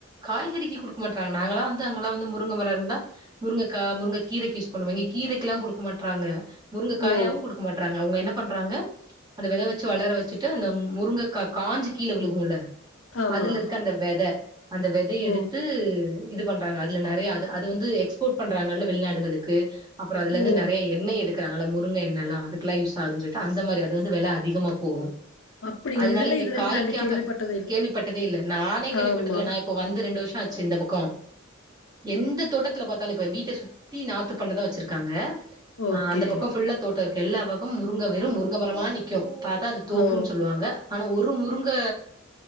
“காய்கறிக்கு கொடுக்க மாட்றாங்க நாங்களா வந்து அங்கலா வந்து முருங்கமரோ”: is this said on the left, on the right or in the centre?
Right